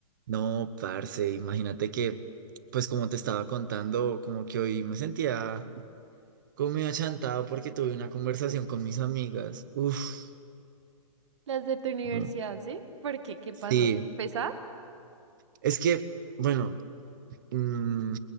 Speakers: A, on the right; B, on the right.
A: No, parce, imagínate que, pues como te estaba contando, como que hoy me sentía como medio achantado porque tuve una conversación con mis amigas. Uf,
B: Las de tu universidad,
A: no.
B: ¿sí? ¿Por qué? ¿Qué
A: sí,
B: pasó? ¿Pesa?
A: es que, bueno, mm,